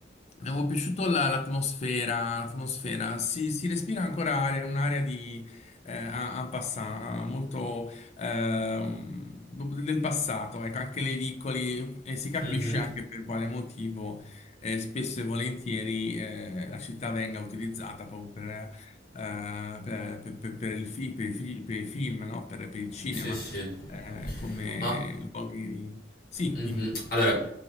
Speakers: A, on the left (about 40°); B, on the left (about 55°).
A: mi avevo piaciuto la- l'atmosfera, l'atmosfera, si, si respira ancora aria- un'area di eh, en en passant, molto ehm, del passato, ecco, anche nei vicoli e si capisce
B: Mhm,
A: anche per quale motivo eh, spesso e volentieri eh, la città venga utilizzata proprio per, eh, per, per- per- per il fi- per i fi- per i film, no? Per, per il cinema,
B: Sì, sì.
A: eh, come
B: Ma
A: luoghi... Sì,
B: Mhm.
A: dimmi.
B: Allora,